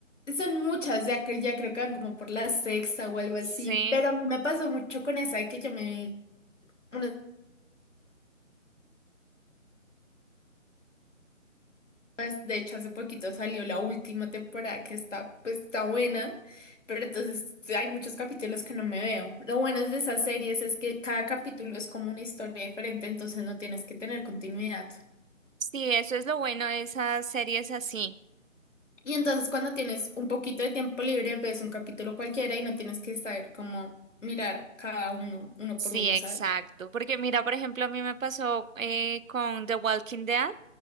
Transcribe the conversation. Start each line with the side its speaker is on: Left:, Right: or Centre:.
Left: Son muchas, ya, que ya creo que van como por la sexta o algo así,
Right: Sí,
Left: pero a mí me pasó mucho con esa de que yo me... una vez, De hecho, hace poquito salió la última temporada que está, pues, está buena, pero entonces hay muchos capítulos que no me veo. Lo bueno de esas series es que cada capítulo es como una historia diferente, entonces no tienes que tener continuidad.
Right: sí, eso es lo bueno de esas series así.
Left: Y entonces cuando tienes un poquito de tiempo libre, ves un capítulo cualquiera y no tienes que saber cómo mirar cada uno, uno
Right: Sí,
Left: por uno,
Right: exacto.
Left: ¿sabes?
Right: Porque mira, por ejemplo, a mí me pasó eh, con The Walking Dead.